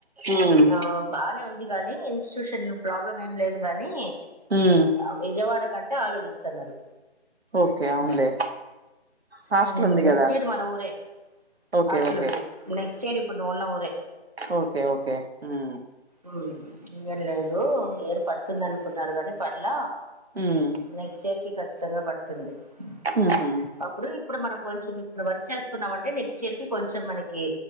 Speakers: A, on the right (about 65°); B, on the right (about 35°).
A: ఉమ్
B: ఆ బానే ఉంది గాని ఇన్స్టిట్యూషన్ ప్రాబ్లం ఏం లేదు గాని,
A: ఉమ్
B: ఆ విజయవాడ కన్ టే ఆలోచిస్తున్నారు
A: ఓకే అవునులే హాస్టల్
B: హ్మ్
A: ఉంది
B: నెక్స్ట్
A: కదా
B: ఇయర్ మన ఊరే
A: ఓకే
B: హాస్టల్
A: ఓకే
B: ఉంది నెక్స్ట్ చ్చేది ఇపుడు నువ్ఉన్న ఊరే
A: ఓకే ఓకే హ్మ్
B: హ్మ్ ఈ ఇయర్ లేదు ఇయర్ పడుతుంది అనుకున్నారు కాని పడ్ల
A: ఉమ్
B: నెక్స్ట్ ఇయర్కి ఖచ్ తంగా పడుతుంది మ్
A: ఉహు
B: అప్పుడు ఇప్పుడు మనం కొంచెం ఇప్పుడు వర్క్ చేసుకున్నామంటే నెక్స్ట్ ఇయర్కి కొంచెం మనకి